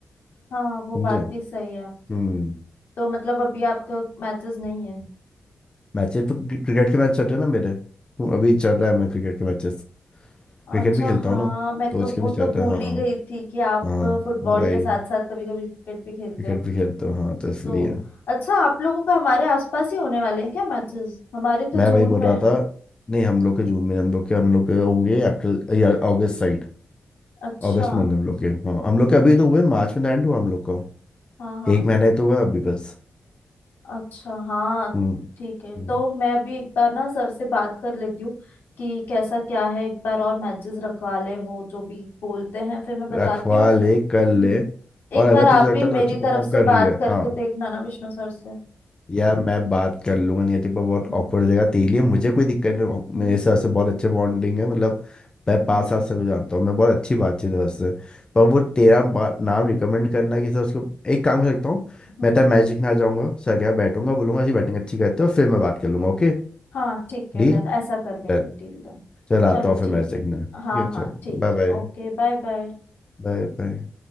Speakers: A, on the left; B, on the left.
A: हाँ वो
B: समझे
A: बात भी सही है आपकी
B: हम्म
A: तो मतलब अभी आपका मैचेस नहीं है
B: मैचेस क्रिकेट के मैच चल रहे हैं ना मेरे तो अभी चल रहा है मैं क्रिकेट के मैचेस
A: अच्छा
B: क्रिकेट भी खेलता
A: हाँ
B: हूँ ना
A: मैं
B: तो
A: तो
B: उसके
A: वो
B: भी चल
A: तो भूल
B: रहे हैं हाँ
A: ही गई थी कि आप
B: हाँ
A: फुटबॉल
B: वही
A: के साथ साथ कभी कभी क्रिकेट भी खेलते
B: क्रिकेट
A: हो
B: भी खेलता हूँ हाँ तो इसलिए
A: दो अच्छा आप लोगों का हमारे आसपास ही होने वाले हैं क्या मैचेस हमारे तो
B: मैं
A: जून
B: वही बोल
A: में
B: रहा
A: है
B: था नहीं हम लोग के जून में हम लोग के हम लोग के होंगे अप्रैल या अगस्त साइड
A: अच्छा
B: अगस्त में होंगे हम लोग के हाँ हम लोग के अभी तो हुए मार्च में लैंड हुआ हम लोग को
A: हाँ हाँ
B: एक महीना ही तो हुआ अभी बस
A: अच्छा हाँ
B: हम्म
A: ठीक है
B: हम्म।
A: तो मैं भी एक बार ना सर से बात कर लेती हूँ कि कैसा क्या है एक बार और मैचेस रखवा लें वो जो भी बोलते हैं फिर मैं बताती
B: रखवा
A: हूँ
B: ले कर ले
A: हम्म एक
B: और अगर
A: बार आप
B: तुझे लगता
A: भी मेरी
B: है तो अच्छा
A: तरफ
B: परफॉर्म
A: से
B: कर रही
A: बात
B: है
A: करके
B: हाँ
A: देखना ना विष्णु सर से
B: यार मैं बात कर लूंगा नियति पर बहुत
A: हम्म
B: ऑकवर्ड हो जाएगा तेरे लिए मुझे कोई दिक्कत नहीं हो-
A: हम्म
B: मेरे साथ से बहुत अच्छे बॉन्डिंग है मतलब मैं
A: हम्म,
B: पाँच
A: हम्म,
B: साल से को जानता हूँ मैं बहुत अच्छी बातचीत है उससे पर वो तेरा बा- नाम रिकमेंड करना कि सर उसको एक काम कर सकता हूँ
A: हम्म,
B: मैं
A: हम्म।
B: तो मैजिक ना जाऊँगा सर क्या बैठूंगा बोलूंगा जी बैटिंग अच्छी करते हो फिर मैं बात कर लूंगा ओके
A: हाँ ठीक है
B: Deal
A: डन ऐसा कर लेंगे
B: done
A: डील डन
B: चल आता
A: चलो
B: हूँ फिर
A: ठीक
B: मैजिक
A: है
B: ने ठीक
A: हाँ
B: है चल
A: हाँ ठीक
B: Bye bye
A: है ओके बाय बाय
B: Bye bye